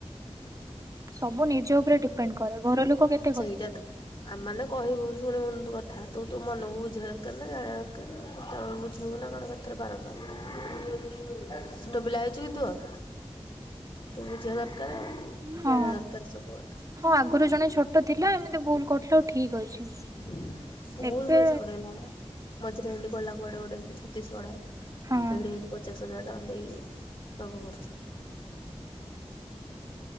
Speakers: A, on the right; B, on the left.
A: ସବୁ ନିଜ ଉପରେ ଡିପେଣ୍ଡ କରେ ଘର ଲୋକ କେ
B: ସେଇଟା ତ। ଆମେ ମାନେ କହିବୁ ଶୁଣିବୁନି ତୁ କଥା ତୁ ତୋ ମନକୁ ବୁଝେଇବା ଦରକାର ନା ଜାଣିବା ଦରକାର ଆ ଏତେ କଣ ବୁଝେଇବୁ ନା କଣ କେତେରେ ବାରମ୍ବାର ଛୋଟ ପିଲା ହେଇଛି କି ତୁ ଆଉ। ତୁ ବୁଝିବା ଦରକାର ଜାଣିବା
A: ହଁ।
B: ଦରକାର ସବୁ କଥା।
A: ହଁ ଆଗରୁ ଜଣେ ଛୋଟ ଥିଲା ଏମିତି ଭୁଲ କରୁଥିଲେ ହଉ ଠିକ ଅଛି।
B: ବହୁତ
A: ଏବେ
B: ପଇସା ଉଡେଇଲା ବା ମଝିରେ ହେମୀତି ପଳେଇଲା କୁଆଡେ ଗୋଟେ ଏ ଛତିଶଗଡ
A: ହଁ
B: ହେଇଠି ହେମିତି ପଚାଶ ହଜାର ଟଙ୍କା ଦେଇକି ସବୁ କରିଚି।